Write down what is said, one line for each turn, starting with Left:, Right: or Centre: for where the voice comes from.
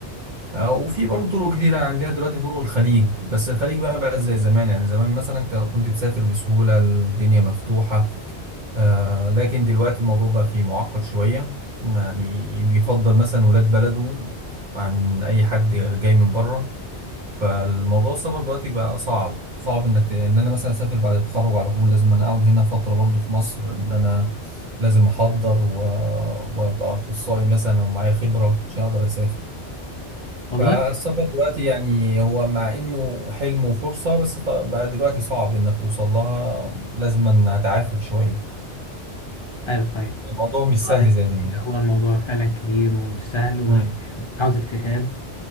Right: آه، وفي برضه طرق كتيرة عندنا دلوقتي طرق الخليج بس الخليج بقى بقى زي زمان يعني زمان مثلا ك- كنت تسافر بسهولة الدنيا مفتوحة آه لكن دلوقتي الموضوع بقى فيه معقد شوية يعني بيفضل مثلا ولاد بلده عن أي حد جاي من بره فالموضوع السفر دلوقتي بقى صعب صعب إنك إن أنا مثلا أسافر بعد التخرج على طول لازم أنا أقعد هنا فترة برضه في مصر إن أنا لازم أحضر و... وأبقى أخصائي مثلا أو معايا خبرة عشان أقدر أسافر
Left: والله
Right: فالسفر دلوقتي يعني هو مع إنه حلم وفرصة بس ط- بقى دلوقتي صعب إنك توصل لها لازم هتعافر شوية
Left: ايوه صحيح
Right: الموضوع مش
Left: والله
Right: سهل زي زمان
Left: هو الموضوع فعلا كبير ومش سهل وعاوز
Right: امم
Left: اجتهاد